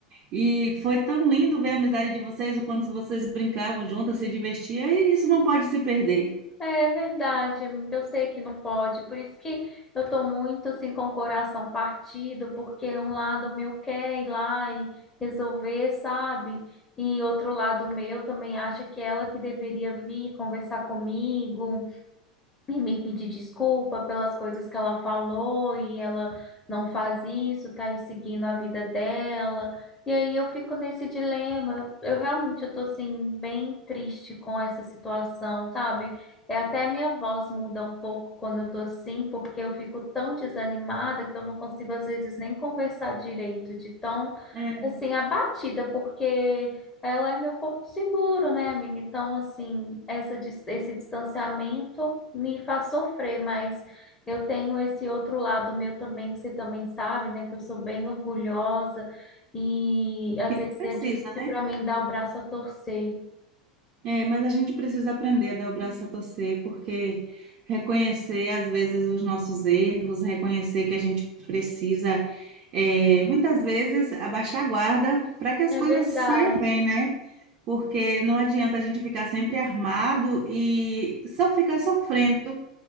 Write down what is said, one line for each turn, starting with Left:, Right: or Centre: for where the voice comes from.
Right: E foi tão lindo ver a amizade de vocês, o quanto vocês brincavam juntas, se divertiam, e isso não pode se perder.
Left: É verdade, amiga. Eu sei que não pode, por isso que eu tô muito assim com o coração partido, porque um lado meu quer ir lá e resolver, sabe? E outro lado meu também acha que ela que deveria vir conversar comigo, e me pedir desculpa pelas coisas que ela falou e ela não faz isso, tá aí seguindo a vida dela. E aí eu fico nesse dilema. Eu, eu realmente eu tô assim bem triste com essa situação, sabe? É até a minha voz muda um pouco quando eu tô assim, porque eu fico tão desanimada que eu não consigo às vezes nem conversar direito, de tão
Right: É,
Left: assim abatida, porque ela é meu porto seguro, né, amiga? Então, assim, essa, dis- esse distanciamento me faz sofrer, mas eu tenho esse outro lado meu também, que você também sabe, né, que eu sou bem orgulhosa e às
Right: que
Left: vezes
Right: não precisa,
Left: é difícil
Right: né?
Left: para mim dar o braço a torcer.
Right: É, mas a gente precisa aprender a dar o braço a torcer, porque reconhecer às vezes os nossos erros, reconhecer que a gente precisa, é, muitas vezes, abaixar a guarda para que as
Left: É
Right: coisas
Left: verdade.
Right: saiam bem, né? Porque não adianta a gente ficar sempre armado e só ficar sofrendo